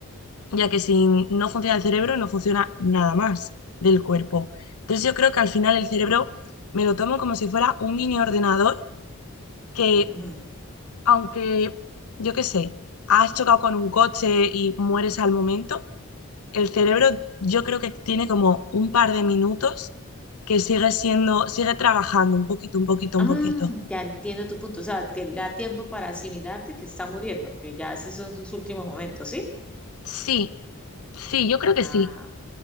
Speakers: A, on the left (about 80°); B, in the centre.
A: ya que si no funciona el cerebro no funciona nada más del cuerpo. Entonces yo creo que al final el cerebro me lo tomo como si fuera un mini ordenador que
B: ujú.
A: aunque, yo qué sé, has chocado con un coche y mueres al momento, el cerebro yo creo que tiene como un par de minutos que sigue siendo, sigue trabajando un poquito, un poquito,
B: Mm,
A: un poquito.
B: ya entiendo tu punto, o sea, que le da tiempo para asimilarte que está muriendo, que ya esos son sus últimos momentos, ¿sí?
A: Sí, sí, yo creo
B: Ah,
A: que sí.